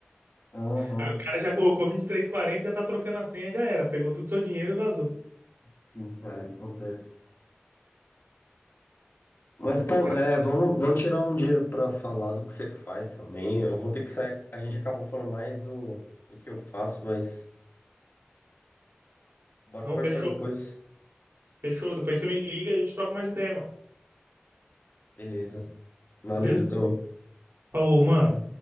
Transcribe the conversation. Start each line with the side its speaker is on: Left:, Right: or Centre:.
Left: Aham.
Right: Aí o cara já colocou vinte e três e quarenta, já tá trocando a senha, já era. Pegou todo o seu dinheiro e vazou.
Left: Sim, cara, isso acontece. Mas, pô,
Right: Os caras,
Left: é, vamos, vamos tirar um dia pra falar do que você faz também. Eu vou ter que sair. A gente acabou falando mais do, do que eu faço, mas bora
Right: não,
Left: conversar
Right: fechou,
Left: depois.
Right: fechou. Depois você me liga e a gente troca mais ideia, mano.
Left: Beleza. Valeu,
Right: Beleza?
Left: então.
Right: Falou, mano.